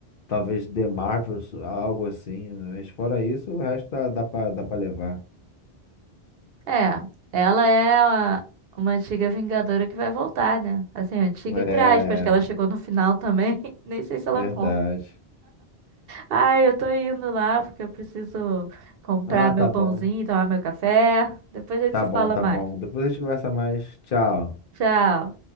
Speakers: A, on the left; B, on the right.
A: Talvez The Marvels, algo assim. né? Mas fora isso, o resto dá, dá pra, dá pra levar.
B: É, ela é a- uma antiga Vingadora que vai voltar, né? Assim, antiga
A: É,
B: entre aspas, que ela chegou no final também. <laughs> Nem sei se ela
A: verdade.
B: conta. Ai, eu tô indo lá porque eu preciso comprar
A: Ah,
B: meu
A: tá
B: pãozinho,
A: bom.
B: tomar meu café. Depois a gente
A: Tá
B: se
A: bom,
B: fala
A: tá
B: mais.
A: bom. Depois a gente conversa mais. Tchau.
B: Tchau.